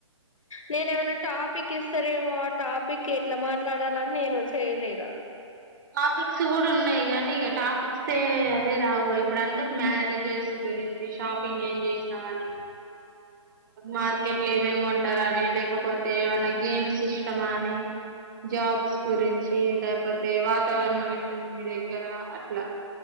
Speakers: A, on the left; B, on the right.
A: నేను ఏమైనా టాపిక్ ఇస్తారేమో ఆ టాపిక్ ఎట్లా మాట్లాడాలని నేను చేయలేగా
B: టాపిక్స్ కూడా ఉన్నాయి కాగానీ ఇక టాపిక్స్ త అదే రావుగా ఇప్పుడు అంటే మ్యారేజెస్ గురించి షాపింగ్ ఏం చేసినామని మార్కెట్ లో ఏమేమి కొంటారని లేకపోతే ఏమన్నా గేమ్స్ ఇష్టమా అని జాబ్స్ గురించి లేకపోతే అతే వాతావరణం ఎట్లంది మీ దగ్గర అట్లా